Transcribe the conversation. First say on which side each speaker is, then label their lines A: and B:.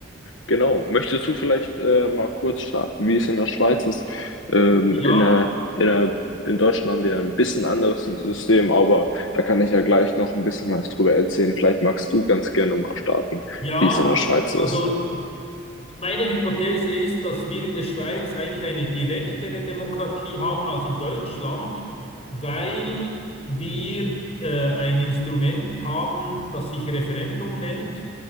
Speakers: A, on the left; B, on the left.
A: Genau. Möchtest du vielleicht äh, mal kurz starten, wie es in der Schweiz ist? Ähm,
B: Ja.
A: in der, in der, in Deutschland haben wir ein bisschen anderes System, aber da kann ich ja gleich noch ein bisschen was drüber erzählen. Vielleicht magst du ganz gerne mal starten,
B: Ja,
A: wie es in der Schweiz
B: also
A: ist.
B: meine Hypothese ist, dass wir in der Schweiz eigentlich eine direktere Demokratie haben als in Deutschland, weil wir äh, ein Instrument haben, das sich Referendum nennt.